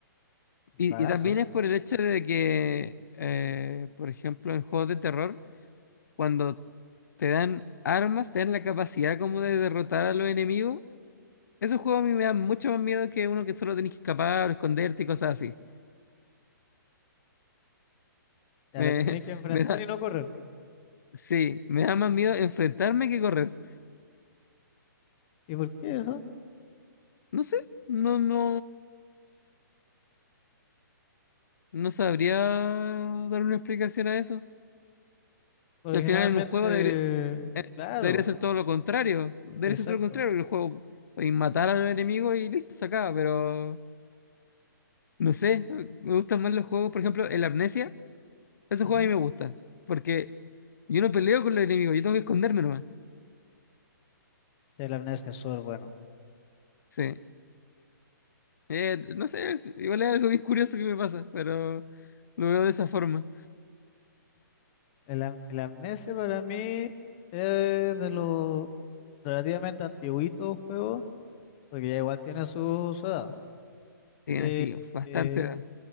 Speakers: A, on the left; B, on the left.
A: Y,
B: Rarazo.
A: y también es por el hecho de que, eh, por ejemplo, en juegos de terror, cuando te dan armas, te dan la capacidad como de derrotar a los enemigos, esos juegos a mí me dan mucho más miedo que uno que solo tenés que escapar o esconderte y cosas así.
B: a
A: Me,
B: lo que tenéis que enfrentar
A: <laughs> me da,
B: y no correr.
A: sí, me da más miedo enfrentarme que correr.
B: ¿Y por qué eso?
A: No sé, no, no, no sabría dar una explicación a eso.
B: Porque
A: Que al
B: generalmente,
A: final en un juego debería, eh,
B: claro,
A: debería ser todo lo contrario. Debería
B: exacto.
A: ser todo lo contrario, que el juego y matar al enemigo y listo, se acaba. Pero no sé, me gustan más los juegos, por ejemplo, el Amnesia, ese
B: ujú.
A: juego a mí me gusta. Porque yo no peleo con los enemigos, yo tengo que esconderme nomás.
B: El amnesia es súper bueno.
A: Sí. Eh, no sé, es- igual es algo bien curioso que me pasa, pero lo veo de esa forma.
B: El, am- el amnesia para mí es de los relativamente antiguitos juegos, porque ya igual tiene su, su edad.
A: Tiene
B: Que,
A: así bastante
B: que,
A: edad.